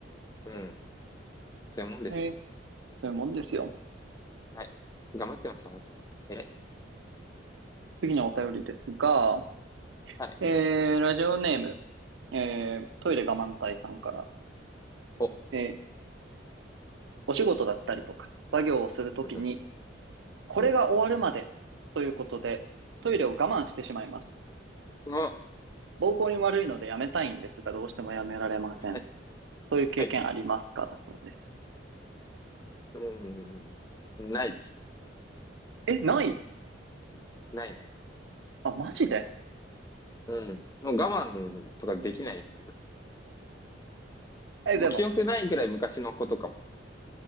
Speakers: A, on the left; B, on the right.
A: うん。そういうもんです。
B: えー、そういうもんですよ。
A: はい。頑張ってます、あなたは。偉い。
B: 次のお便りですが、
A: はい。
B: えー、ラジオネーム、えー、トイレ我慢隊さんから、
A: お、
B: えー、お仕事だったりとか、作業をするときに、
A: うん、
B: これが終わるまでということで、
A: うん、うん。
B: トイレを我慢してしまいます。
A: うん
B: 膀胱に悪いのでやめたいんですが、どうしてもやめられません。
A: はい、
B: そういう経験ありますかだそうです。
A: はい。うん。ないです。
B: え、ない
A: ないね。
B: あ、マジで
A: うん。もう我慢とかできないんだ。
B: え、
A: もう記憶ないぐらい昔のことかも。
B: でも、